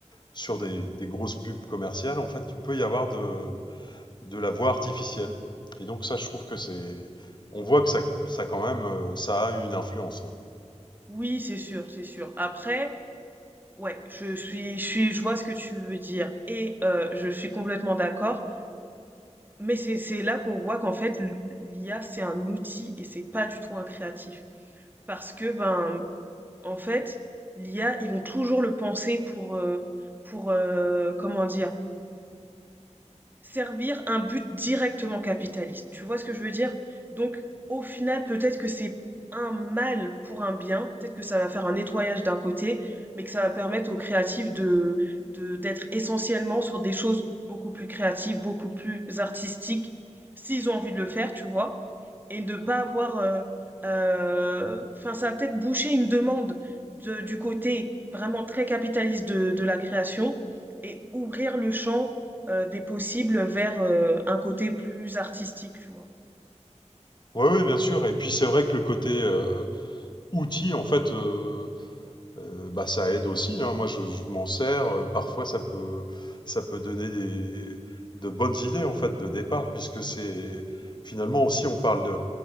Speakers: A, on the left; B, on the right.
A: sur des, des grosses pubs commerciales, en fait, il peut y avoir de de la voix artificielle. Et donc ça, je trouve que c'est on voit que ça, ça quand même, euh, ça a une influence. hein.
B: Oui, c'est sûr, c'est sûr. Après, ouais, je suis je suis je vois ce que tu veux dire et euh, je suis complètement d'accord, mais c'est c'est là qu'on voit qu'en fait l'IA c'est un outil et c'est pas du tout un créatif parce que ben en fait, l'IA, ils vont toujours le penser pour euh, pour euh, comment dire Servir un but directement capitaliste. Tu vois ce que je veux dire? Donc, au final, peut-être que c'est un mal pour un bien, peut-être que ça va faire un nettoyage d'un côté, mais que ça va permettre aux créatifs de, de, d'être essentiellement sur des choses beaucoup plus créatives, beaucoup plus artistiques, s'ils ont envie de le faire, tu vois et de pas avoir euh, euh, enfin ça va peut-être boucher une demande de, du côté vraiment très capitaliste de, de la création et ouvrir le champ euh, des possibles vers euh, un côté plus artistique tu vois
A: Oui, oui, bien sûr. Et puis c'est vrai que le côté euh, outil, en fait, euh, euh, bah, ça aide aussi. hein. Moi, je, je m'en sers. euh, parfois, ça peut, ça peut donner des, de bonnes idées, en fait, de départ, puisque c'est finalement aussi, on parle de,